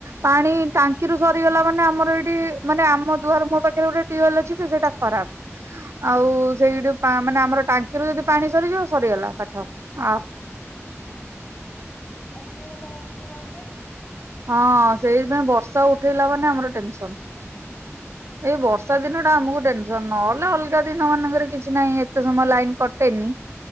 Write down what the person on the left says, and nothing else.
ଅସୁବିଧା ତ ହଉଥିବ ଏବେ?
ହ